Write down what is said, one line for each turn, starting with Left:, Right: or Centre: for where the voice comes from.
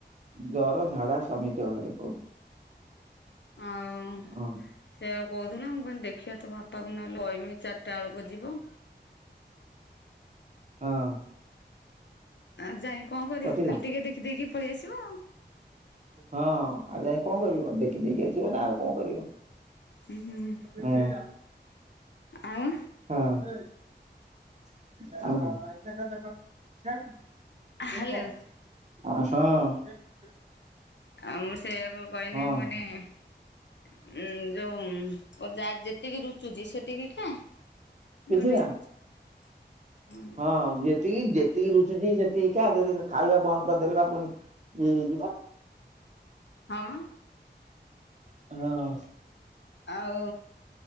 Right: ଜର ଝାଡା ସମିତି ଘରେ ପାଉଛି।
Left: ଅଁଉ।
Right: ହଁ।
Left: ସେ ଆକୁ କହୁଥିଲା। ମୁଁ କହିଲି ଦେଖିଆ ତ ବାପାକୁ ନହେଲେ ଅହିମି ଚାରିଟା ଏଳକୁ ଯିବ।
Right: ହଁ
Left: ଆଉ ଯାଇ କଂ କରିଅ।
Right: କଟିଲା
Left: ଖାଲି ଟିକେ ଦେଖିଦେଇକି ପଳି ଆସିବ ଆଉ।
Right: ହଁ, ଆ ଯାଇ କଣ କରିବ ଦେଖି ଦେଇକି ଆସିବ ନା ଆଉ କଣ କରିବ।
Left: ହୁଁ ହୁଁ
Right: ହଁ,
Left: ଆଉ
Right: ହଁ ଆଉ। ଆସ
Left: ହ୍ୟାଲୋ ଆଉ ମୁଁ ସେଆକୁ କହିନି
Right: ହଁ
Left: ମୁଁ କହିନି ଉଁ ଯୋଉ ଯେତିକି ରୁଚୁଛି ସେତିକି ଖା।
Right: କିଛି
Left: ଯେଉଁଠି
Right: ନା
Left: ହଁ।
Right: ହଁ ଯେତିକି ଯେତିକି ରୁଚୁଛି ସେତିକ ଖା। ଯଦି ଖାଇବା ବନ୍ଦ କରିଦେଲେ ବା ପୁଣି ହୁଁ ଯିବା
Left: ହଁମ
Right: ହଁ
Left: ଆଉ